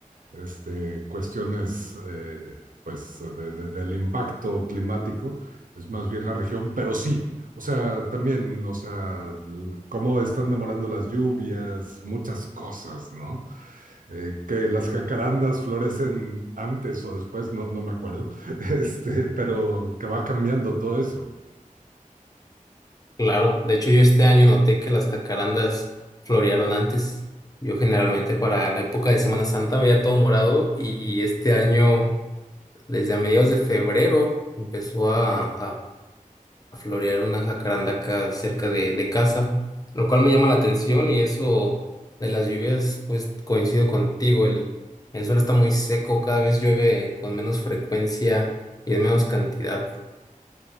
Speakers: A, on the right; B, on the left.
A: este, cuestiones eh, pues de, de- del impacto climático, es más bien la región, pero sí, o sea, también, o sea, cómo están demorando las lluvias, muchas cosas, ¿no? Eh, que las jacarandas florecen antes o después, no, no me acuerdo, <laughs> este, pero que va cambiando todo eso.
B: Claro, de hecho yo este año noté que las jacarandas florearon antes. Yo generalmente para la época de Semana Santa veía todo morado y este año desde a mediados de febrero empezó a, a a florear una jacaranda acá cerca de, de casa, lo cual me llama la atención y eso de las lluvias, pues coincido contigo, el, el suelo está muy seco, cada vez llueve con menos frecuencia y en menos cantidad,